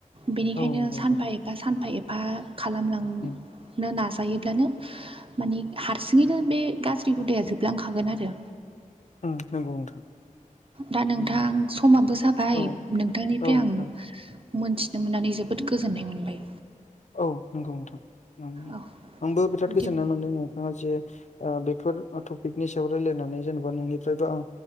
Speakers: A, on the right; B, on the left.
A: बेनिखायनो
B: औ नंगौ
A: सानफा
B: नोंथां
A: एफा सानफा एफा खालामलांनो
B: उम
A: नाजायोब्लानो माने हारसिङैनो बे गाज्रि हुदाया जोबलांखागोन आरो
B: ओ नोंगौ नोंथां
A: दा नोंथां
B: उम
A: समाबो जाबाय
B: औ
A: नोंथांनिफ्राय
B: औ नोंथां
A: आं मोन्थिनो मोननानै जोबोद गोजोननाय मोनबाय।
B: औ नंगौ नोंथां
A: औ
B: आंबो बिराद
A: बिदि
B: गोजोननाय मोनदों नोंथाङा जे आ बेफोर टपिकनि सायाव रायजलायनानै जेनेबा नोंनिफ्रायबो आं